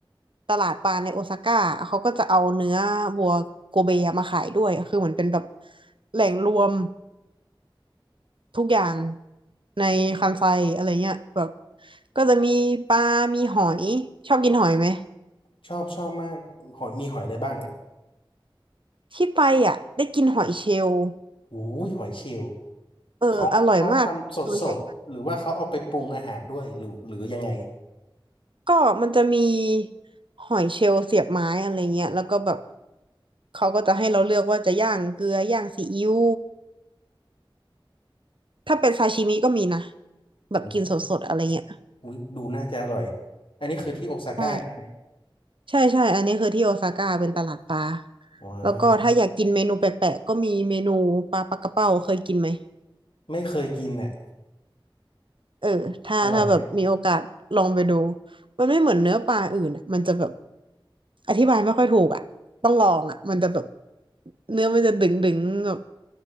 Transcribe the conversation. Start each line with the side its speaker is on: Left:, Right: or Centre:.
Right: ตลาดปลาในโอซาก้าเขาก็จะเอาเนื้อวัวโกเบมาขายด้วยคือเหมือนเป็นแบบแหล่งรวมทุกอย่างในคันไซอะไรเงี้ยแบบก็จะมีปลามีหอยชอบกินหอยไหม
Left: <laughs> ชอบชอบมากหอยมีหอยอะไรบ้างอ่ะ
Right: ที่ไปอ่ะได้กินหอยเชลล์
Left: อู้ยหอยเชลล์
Right: เอออร่อยมากตัวใหญ่
Left: เขาเขาทำสดสดหรือว่าเขาเอาไปปรุงอาหารด้วยหรือหรือยังไง
Right: ก็มันจะมีหอยเชลล์เสียบไม้อะไรเงี้ยแล้วก็แบบเขาก็จะให้เราเลือกว่าจะย่างเกลือย่างซีอิ๊วถ้าเป็นซาชิมิก็มีนะแบบกินสดๆอะไรเงี้ย
Left: โอ้โหอุ๊ยดูน่าจะอร่อยอันนี้คือที่โอซาก้าใช่ไหม
Right: ใช่ใช่ใช่อันนี้คือที่โอซาก้าเป็นตลาดปลา
Left: ว้าว
Right: แล้วก็ถ้าอยากกินเมนูแปลกๆก็มีเมนูปลาปลากระเป้าเคยกินไหม
Left: ไม่เคยกินอ่ะ
Right: เออถ้าถ้าแบบมีโอกาสลองไปดู
Left: อร่อยไหม
Right: มันไม่เหมือนเนื้อปลาอื่นอะมันจะแบบอธิบายไม่ค่อยถูกอ่ะต้องลองอ่ะมันจะแบบเนื้อมันจะดึงดึงแบบ